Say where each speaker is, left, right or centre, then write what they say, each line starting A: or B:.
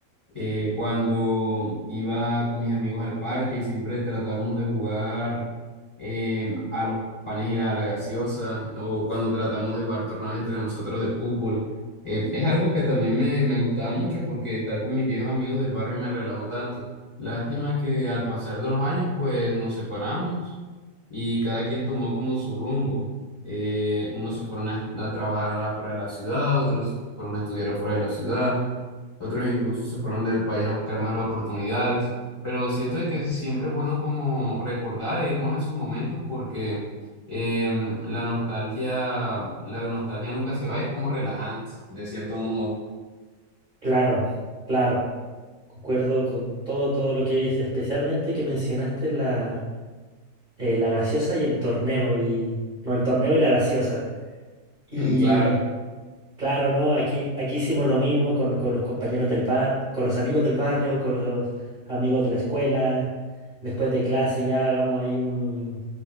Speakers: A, on the left; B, on the right.
A: eh, cuando iba con mis amigos al parque y siempre tratábamos de jugar em, a los panes y a la gaseosa, o cuando tratamos de jugar torneos entre nosotros de fútbol. Eh, es algo que también me, me gustaba mucho porque estar con mis viejos amigos del barrio me relajó tanto. Lástima que al pasar de los años, pues nos separamos y cada quien tomó como su rumbo. Eh, unos se fueron a, a trabajar afuera de la ciudad, otros se fueron a estudiar afuera de la ciudad otros incluso se fueron del país a buscar más oportunidades, pero siento de que siempre es bueno como recordar e irnos a esos momentos porque em, la nostalgia, la nostalgia nunca se va, es como relajante, de cierto modo.
B: Claro, claro. Concuerdo con todo, todo lo que dices, especialmente que mencionaste la eh, la gaseosa y el torneo y no, el torneo y la gaseosa. Y
A: <clears throat> Claro.
B: claro, ¿no? Aquí, aquí hicimos lo mismo con, con los compañeros del bar, con los amigos del barrio, con los amigos de la escuela. Después de clase ya hagamos ahí un,